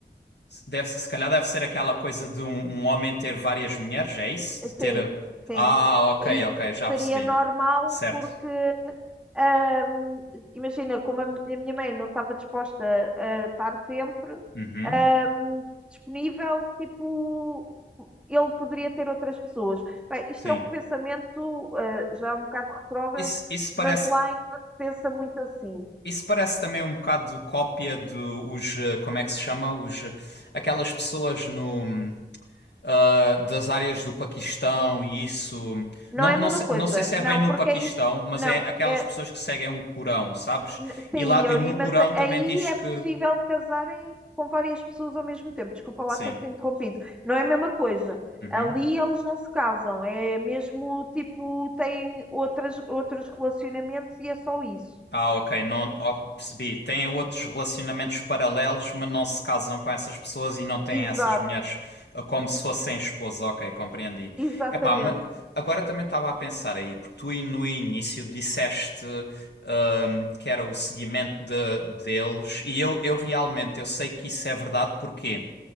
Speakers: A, on the left (about 80°); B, in the centre.
A: Deve, se calhar deve ser aquela coisa de um, um homem ter várias mulheres, é isso? De ter.
B: Sim, sim.
A: Ah, ok,
B: Isso
A: ok, já
B: seria
A: percebi.
B: normal
A: Certo.
B: porque, ahm, imagina, como a mi- a minha mãe não estava disposta a estar sempre,
A: Uhum.
B: ahm, disponível, tipo, ele poderia ter outras pessoas. Bem, isto
A: Sim.
B: é um pensamento, ah, já é um bocado retrógrado,
A: Isso, isso parece.
B: mas lá ainda se pensa muito assim.
A: Isso parece também um bocado cópia de os, eh, como é que se chama? Os, eh, aquelas pessoas no, ah, das áreas do Paquistão e isso.
B: Não
A: Não,
B: é
A: não,
B: a mesma
A: sei,
B: coisa,
A: não sei se é
B: não,
A: bem no
B: porque
A: Paquistão,
B: aí,
A: mas
B: não,
A: é aquelas
B: é,
A: pessoas que seguem o Corão, sabes?
B: N- Sim,
A: E lá
B: Yuri,
A: no
B: mas
A: Corão
B: a-
A: também
B: aí
A: diz
B: é
A: que.
B: possível casarem com várias pessoas ao mesmo tempo. Desculpa lá
A: Sim.
B: ter-te interrompido. Não é a mesma coisa.
A: Uhum.
B: Ali eles não se casam, é mesmo tipo, têm outras, outros relacionamentos e é só isso.
A: Ah, ok, não, ó, percebi. Têm outros relacionamentos paralelos, mas não se casam com essas pessoas e não têm
B: Exato,
A: essas mulheres ah, como se fossem esposas. Ok, compreendi.
B: exatamente.
A: Epá, mas agora também estava a pensar aí, porque tu aí no início disseste ahm, que era o seguimento de, deles e eu, eu realmente eu sei que isso é verdade, porquê?